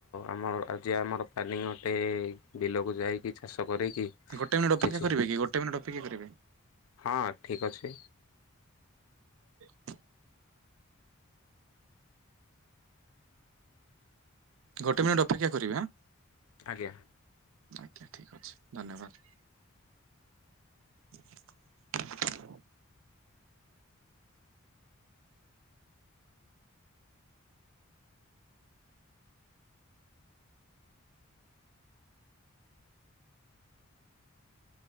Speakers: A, on the left (about 80°); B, on the right (about 65°).
A: ଆମର ଆଜି ଆମର ପ୍ଲାନିଙ୍ଗ ଅଟେ ବିଲକୁ ଯାଇକି ଚାଷ କରିକି
B: ଗୋଟେ ମିନିଟ୍ ଅପେକ୍ଷା
A: କିଛି
B: କରିବେ କି ଗୋଟେ ମିନିଟ୍ ଅପେକ୍ଷା କରିବେ?
A: ହଁ ଠିକ୍ ଅଛି
B: ହଉ। ଗୋଟେ ମିନିଟ୍ ଅପେକ୍ଷା କରିବେ ଆଁ।
A: ଆଜ୍ଞା।
B: ଆଜ୍ଞା ଠିକ୍ ଅଛି ଧନ୍ୟବାଦ। <unintelligible>